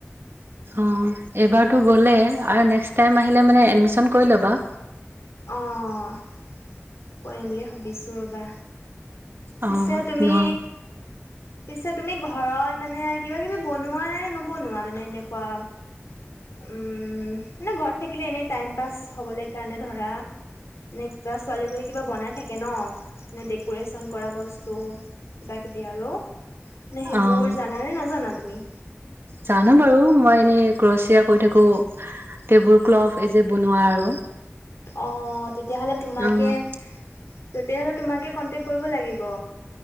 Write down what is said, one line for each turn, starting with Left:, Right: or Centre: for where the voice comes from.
Right: অ এইবাৰ টো গলেই
Left: পিছ
Right: আৰু নেক্স টাইম আহিলে মানে এদমিচন কৰি ল'বা‌।
Left: অঁ কৰিম বুলি ভাবিছোঁ ৰ'বা। পিছে
Right: অ',
Left: তুমি
Right: নহয়
Left: পিছে তুমি ঘৰত মানে কিবা কিবি বনোৱা নবনোৱা মানে এনেকুৱা উম মানে ঘৰত থাকিলে এনেই টাইম পাছ হবলে কাৰণে ধৰা, মানে কিবা ছোৱালী বুলি কিবা বনাই থাকে ন মানে ডেক'ৰেশ্যন, কৰা বস্তু কিবা কিবি আৰু মানে সেইবোৰ
Right: অ',
Left: জানানে নাজানা তুমি?
Right: জানো বাৰু মই এনেই ক্ৰচে ক ৰি থাকো, টেবুল ক্লথ এই যে বনোৱা আৰু,
Left: অঁ, তেতিয়াহলে তোমাকে,
Right: অ',
Left: তেতিয়াহলে তোমাকে কনটেক কৰিব লাগিব